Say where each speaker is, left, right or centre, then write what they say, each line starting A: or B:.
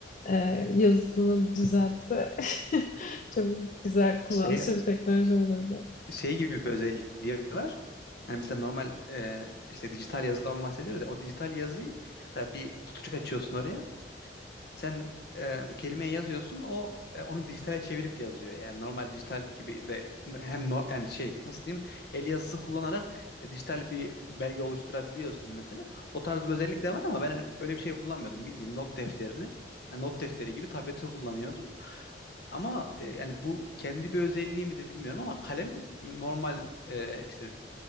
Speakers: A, on the left; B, on the left.
A: e, yazısını düzeltse <laughs> çok güzel kullanışlı
B: şey
A: bir teknoloji olurdu.
B: şey gibi bir özelliği var. Yani mesela normal e, işte dijital yazıdan bahsediyoruz ya. O dijital yazıyı mesela bir kutucuk açıyorsun oraya. Sen e, kelimeyi yazıyorsun, o e, onu dijitale çevirip yazıyor. Yani normal dijital gibi de hem no- yani şey nasıl diyeyim el yazısı kullanarak e, dijital bir belge oluşturabiliyorsun mesela. O tarz bir özellik de var ama ben öyle bir şey kullanmıyordum. Bildiğin not defterini, yani not defteri gibi tableti kullanıyordum. Ama e, yani bu kendi bir özelliği midir bilmiyorum ama kalem normal e, işte